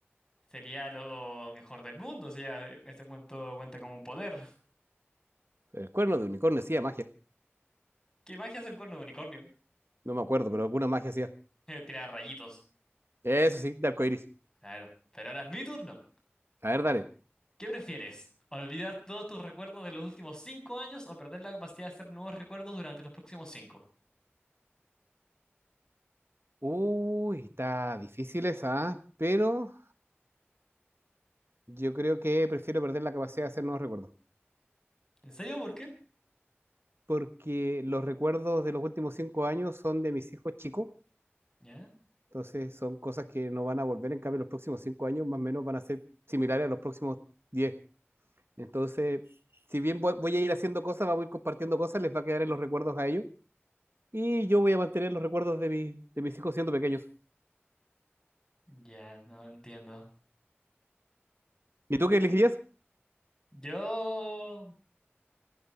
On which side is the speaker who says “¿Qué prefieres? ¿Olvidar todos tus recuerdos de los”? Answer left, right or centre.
Left